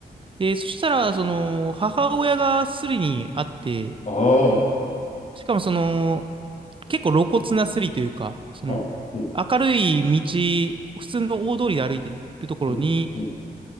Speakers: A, on the right; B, on the left.
A: で、そしたら、その、母親がスリにあって、
B: ああ。
A: しかもその、結構露骨なスリというか、その
B: あ、うん。
A: 明るい道、普通の大通りで歩いてるところに、
B: うん。うん。